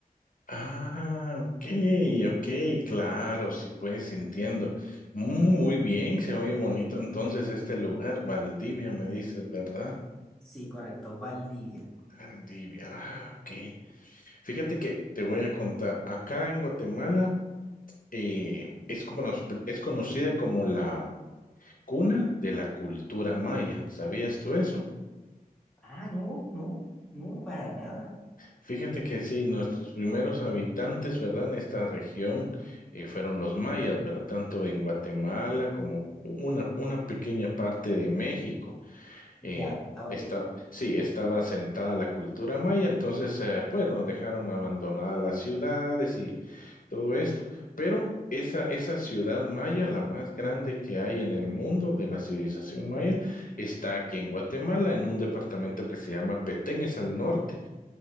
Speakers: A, on the left; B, in the centre.
A: Ah, ok, ok, claro, sí, pues entiendo. Mm, Muy bien, se oye bonito entonces este lugar, Valdivia, me dices, ¿verdad?
B: Sí, correcto, Valdivia.
A: Valdivia, ah, ok. Fíjate que te voy a contar, acá en Guatemala, eh, es, como- nos- es conocida como la cuna de la cultura maya. ¿Sabías tú eso?
B: Ah, no, no, no, para nada.
A: Fíjate que sí, nuestros primeros habitantes, ¿verdad? En esta región eh, fueron los mayas, ¿verdad? Tanto en Guatemala como una, una pequeña parte de México.
B: Ya,
A: Eh,
B: ah,
A: está,
B: ok.
A: sí, estaba asentada la cultura maya, entonces, eh, pues nos dejaron abandonadas las ciudades y todo esto. Pero esa, esa ciudad maya, la más grande que hay en el mundo de la civilización maya, está aquí en Guatemala, en un departamento que se llama Petén, es al norte.